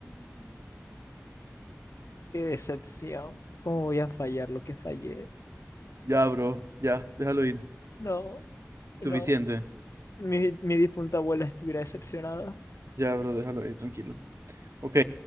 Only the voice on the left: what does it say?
Qué decepción. ¿Cómo voy a fallar lo que fallé?
No,
no. Mi, mi difunta abuela estuviera decepcionada.